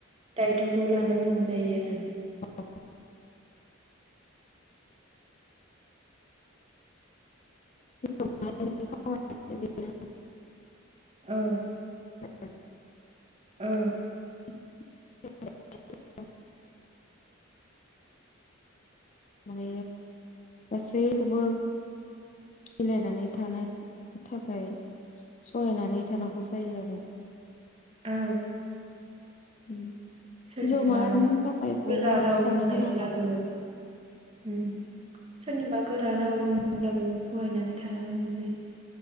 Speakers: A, on the right; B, on the left.
A: दायथ'खौ लानो गोनां जायो आरो
B: <unintelligible> <unintelligible>
A: औ।
B: <inaudible>
A: औ
B: <unintelligible> माने गासैखौबो मिलायनानै थानो थाखाय सहायनानै थानांगौ जायो आरो
A: औ।
B: उम। हिनजाव
A: सोरनिबा
B: माहारिनि थाखाय
A: गोरा
B: बहुद
A: राव
B: साननो
A: बुंनायब्लाबो
B: गोनां आरो ना।
A: उम सोरनिबा गोरा रा राव बुंब्लाबो सहायनानै थानो गोनां जायो।